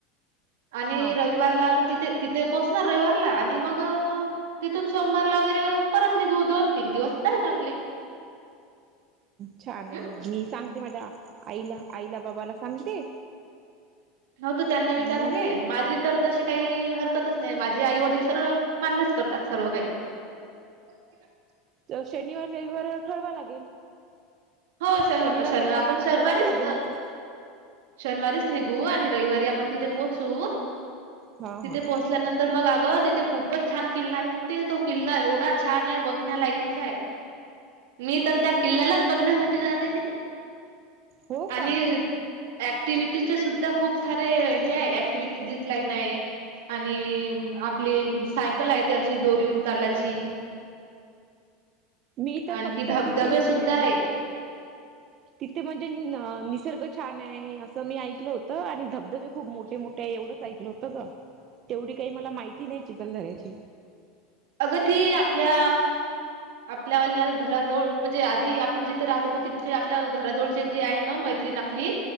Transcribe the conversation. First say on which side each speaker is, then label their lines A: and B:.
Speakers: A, on the right; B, on the right.
A: आणि
B: हा
A: रविवारला आपण तिथे -- तिथे पोचणार रविवारला आणि मग तिथून सोमवारला वगैरे परत निघू दोन तीन दिवस जाईल आपले.
B: छान हाय
A: हम्
B: मग. मी सांगते माझ्या आईला आईला बाबाला सांगते.
A: हो तू त्यांना विचारून
B: मग
A: घे. माझी तर तशी काही हरकतच नाही. माझे आई वडील तर मान्यच करतात सर्व काही --
B: तर शनिवार, रविवार ठरवा लागेल.
A: हो शन
B: शनिवार
A: शनिव
B: रविवारी
A: आपण शनिवारीच,
B: ठरवावं लागेल म्हटलं.
A: शनिवारीच निघ घु आणि रविवारी आपण तिथे पोहोचू.
B: हा
A: तिथे
B: हा
A: पोहोचल्यानंतर मग अग ति थे खूपच छान किल्ला आहे म्हणते. तो किल्ला एवढाच छान आहे बघण्यालायकीचा हाय. मी तर त्या किल्ल्यालाच बघण्यासाठी -- टी जात आहे तिथे
B: हो
A: आणि
B: का
A: ऑक्टिव्हिटीचे सुद्धा -- खूप सारे हे आहे ऍक्टिव्हीटीेत झिपलाईन आहे. आणि आपली सायकल हाय ते अशी दोरीऊन चालाची.
B: मी तर
A: आणखी
B: फक्त
A: धबधबे
B: तिथे म्हणजे
A: सुद्धा आहे.
B: तिथे म्हणजे निसर्ग -- छान हाय असं मी ऐकलं होतं आणि धबधबे खूप मोठे मोठे आहे. एवढंच ऐकलं होतं ग. तेवढी काही मला माहिती नाही चिखलधऱ्याची.
A: अग ती आपल्या आपल्या घराजवळ म्हणजे आधी आपण जिथे राहतो तिथ आपल्या घराजवळचे जे आहे. न मैत्रीण आपली